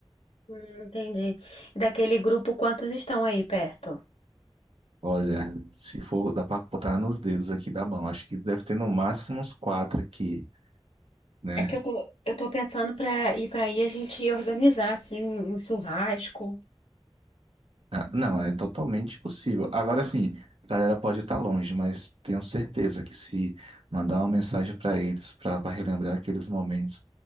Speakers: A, on the left; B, on the right.
A: Hum, entendi. E daquele grupo, quantos estão aí perto?
B: Olha, se for, dá pra botar nos dedos aqui da mão. Acho que deve ter no máximo uns quatro aqui, né?
A: É que eu tô, eu tô pensando pra ir pra aí a gente organizar, assim, um churrasco.
B: Ah, Não, é totalmente possível. Agora sim, a galera pode estar longe, mas tenho certeza que se mandar uma mensagem para eles, para relembrar aqueles momentos,